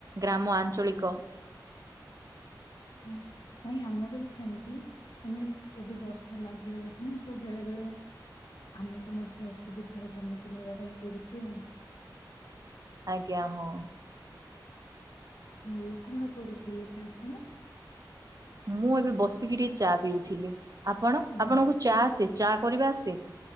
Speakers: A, on the right (about 50°); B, on the left (about 75°).
A: ଗ୍ରାମ ଆଞ୍ଚଳିକ
B: ହଁ ନାଇଁ ଆମର ବି ସେମିତି ମାନେ ଏବେ ବର୍ଷା ଲାଗି ରହିଛି ନା ତୁ ବେଳେ ବେଳେ ଆମକୁ ମଧ୍ୟ ଅସୁବିଧାର ସମ୍ମୁଖୀନ ହେବା ପାଇଁ ପଡୁଛି ଆଉ
A: ଆଜ୍ଞା ହଁ
B: ହଉ କଣ କରୁଥିଲେ କି ଆପଣ
A: ମୁଁ ଏବେ ବସିକି ଟିକେ ଚା ପିଉଥିଲି ଆପଣ
B: ଓ
A: ଆପଣଙ୍କୁ ଚା ଆସେ ଚା କରିବା ଆସେ।